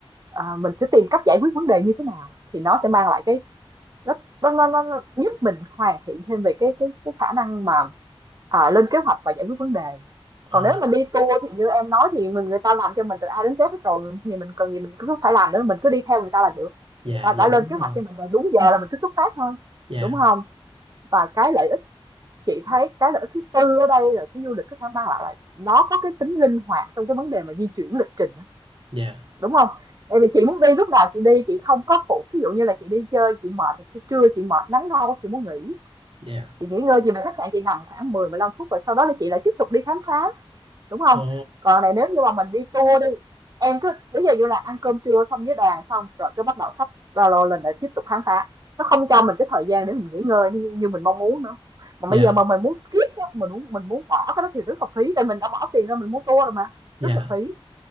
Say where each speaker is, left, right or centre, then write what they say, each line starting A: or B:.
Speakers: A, on the right; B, on the right.
A: ờ, mình sẽ tìm cách giải quyết vấn đề như thế nào thì nó sẽ mang lại cái nó nó nó nó giúp mình hoàn thiện thêm về cái cái cái khả năng mà à, lên kế hoạch và giải quyết vấn đề còn
B: ồ
A: nếu mà đi tour thì như em nói thì mình người ta làm cho mình từ A đến Z hết rồi thì mình cần gì mình cứ phải làm nữa mình cứ đi theo người ta là được
B: dạ
A: người ta
B: dạ
A: đã
B: đúng
A: lên kế
B: rồi
A: hoạch cho mình rồi đúng giờ là mình cứ xuất phát thôi
B: dạ
A: đúng không và cái lợi ích chị thấy cái lợi ích thứ tư ở đây là cái du lịch có thể mang lại là nó có cái tính linh hoạt trong cái vấn đề mà di chuyển lịch trình
B: dạ
A: đúng không Tại vì chị muốn đi lúc nào chị đi chị không có phụ ví dụ như là chị đi chơi chị mệt thì trưa chị mệt nắng nâu chị muốn nghỉ
B: dạ
A: chị nghỉ ngơi chị về khách sạn chị nằm khoảng mười mười lăm phút rồi sau đó là chị lại tiếp tục đi khám phá đúng không?
B: ồ
A: Còn này nếu như mà mình đi tour đi, em cứ ví dụ như là ăn cơm trưa xong với đoàn xong rồi cứ bắt đầu sắp ba lô lên để tiếp tục khám phá. Nó không cho mình cái thời gian để mình nghỉ ngơi như như mình mong muốn nữa. Mà
B: dạ
A: bây giờ mà mình muốn skip á, mình muốn mình muốn bỏ cái đó thì rất là phí, tại mình đã bỏ tiền ra mình mua tour rồi mà,
B: dạ
A: rất là phí.